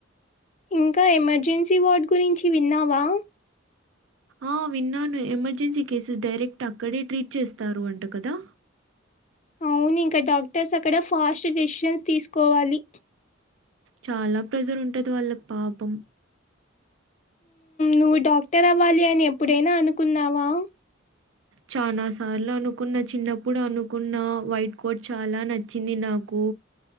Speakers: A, on the left (about 35°); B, on the right (about 75°).
A: ఇంకా ఎమర్జెన్సీ వార్డు గురించి విన్నావా
B: ఆ విన్నాను ఎమర్జెన్సీ కేసెస్ డైరెక్ట్ అక్కడే ట్రీట్ చేస్తారు అంట కదా
A: అవును ఇంకా డాక్టర్స్ అక్కడ ఫాస్ట్ డెసిజన్స్ తీసుకోవాలి
B: చాలా ప్రేజర్ ఉంటది వాళ్ళకి పాపం
A: నువ్వు డాక్టర్ అవ్వాలి అని ఎప్పుడైనా అనుకున్నావా
B: చనా సార్లు అనుకున్న చిన్నప్పుడు అనుకున్న వైట్ కోట్ చాలా నచ్చింది నాకు